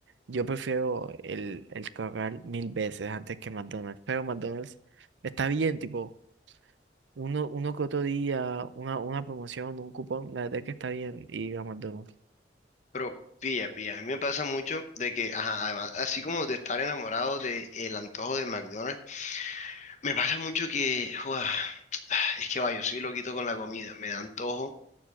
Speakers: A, on the right; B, on the left.
A: Yo prefiero el, el corral mil veces antes que McDonald's, pero McDonald's está bien, tipo uno, uno que otro día, una, una promoción, un cupón, la verdad es que está bien ir a McDonald's.
B: Pero pilla, pilla. A mí me pasa mucho de que, ajá, además, así como de estar enamorado del antojo de McDonald's, me pasa mucho que, ¡guau! <tsk> es que vaya, yo soy loquito con la comida. Me da antojo